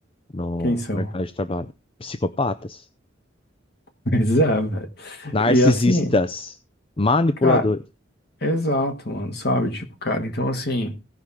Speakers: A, on the left (about 30°); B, on the left (about 55°).
A: no
B: quem são.
A: mercado de trabalho? Psicopatas,
B: <laughs> Mas é, velho.
A: narcisistas,
B: E assim,
A: manipuladores,
B: cara, exato, mano, sabe? Tipo, cara, então assim.